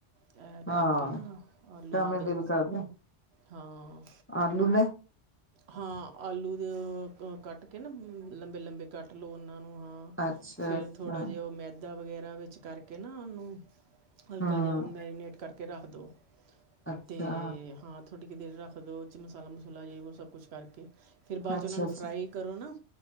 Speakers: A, on the right; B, on the left.
A: ਇਹ
B: ਹਾਂ
A: ਕਰਕੇ ਨਾ ਆਲੂਆਂ
B: ਸ਼ਾਮੀ
A: ਦੇ
B: ਦਿਲ ਕਰਦਾ
A: ਹਾਂ
B: ਆਲੂ ਦੇ
A: ਹਾਂ ਆਲੂ ਦੇ ਕੱਟ ਕੇ ਨਾ ਲੰਬੇ-ਲੰਬੇ ਕੱਟ ਲਉ ਉਹਨਾਂ ਨੂੰ ਹਾਂ
B: ਅੱਛਾ
A: ਫੇਰ
B: ਅੱਛਾ
A: ਥੋੜ੍ਹਾ ਜਿਹਾ ਉਹ ਮੈਦਾ ਵਗੈਰਾ ਵਿੱਚ ਕਰਕੇ ਨਾ ਉਹਨੂੰ, ਹਲਕਾ
B: ਹਾਂ
A: ਜਿਹਾ ਮੈਰੀਨੇਟ ਕਰਕੇ ਰੱਖ ਦਿਉ।
B: ਅੱਛਾ
A: ਤੇ, ਹਾਂ ਥੋੜ੍ਹੀ ਕੀ ਦੇਰ ਰੱਖ ਦੋ ਓਹਦੇ 'ਚ ਮਸਾਲਾ ਮਸੂਲਾ ਜੇ ਸਭ ਕੁਛ ਕਰਕੇ ਫਿਰ ਬਾਦ
B: ਅੱਛਾ
A: 'ਚ ਉਹਨਾਂ ਨੂੰ
B: ਅੱਛਾ
A: ਫਰਾਈ ਕਰੋ ਨਾ,